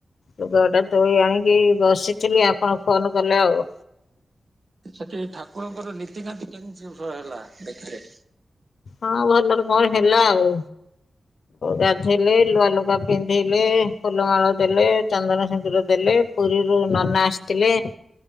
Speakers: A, on the left; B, on the right.
A: ଲଗା ପଟା ତୋଳି ଆଣିକି ବସିଥିଲି ଆପଣ ଫୋନ୍ କଲେ ଆଉ।
B: ସେଠି ଠାକୁରଙ୍କର ନୀତିକାନ୍ତି କେମିତି <unintelligible> ହେଲା ଦେଖିଲେ।
A: ହଁ ଭଲରେ କଣ ହେଲା ଆଉ। ଗାଧେଇଲେ ନୂଆ ଲୁଗା ପିନ୍ଧିଇଲେ ଫୁଲମାଳ ଦେଲେ ଚନ୍ଦନ ସିନ୍ଦୁର ଦେଲେ। ପୁରୀରୁ ନନା ଆସିଥିଲେ।